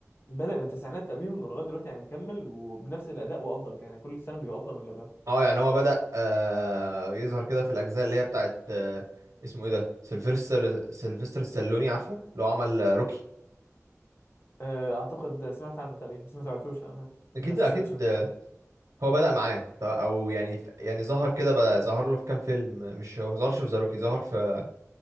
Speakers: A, on the left (about 45°); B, on the right (about 75°).
A: بدا من التسعينات تقريبا ولغايه دلوقتي يعني مكمل وبنفس الاداء وافضل كان يعني كل سنه بيبقى افضل من اللي قبلها
B: اه يعني هو بدأ آه يظهر كده في الأجزاء اللي هي بتاعت آه اسمه ايه ده سيلفستر سيلفستر ستالوني عارفه اللي هو عمل آه، روكي
A: آه، اعتقد سمعت عنه تقريبا بس ما تابعتوش أنا.
B: أكيد
A: بس
B: أكيد
A: شفت
B: آه، هو بدأ معاه ط- أو يعني ف- يعني ظهر كده بدأ ظهر له في كام فيلم مش هو مظهرش في ذا روكي ظهر في